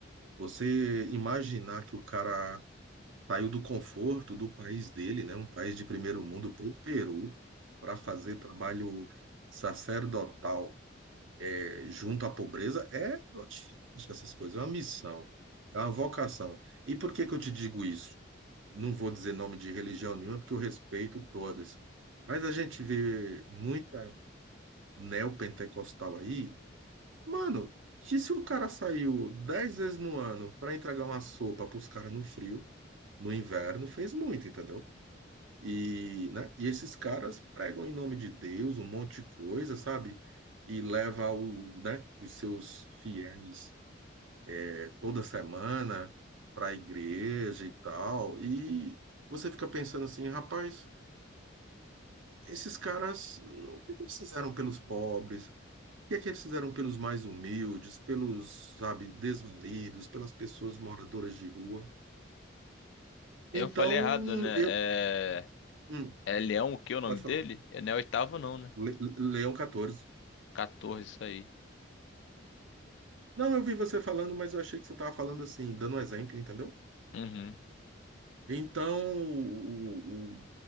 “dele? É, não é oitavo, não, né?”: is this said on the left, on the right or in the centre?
Left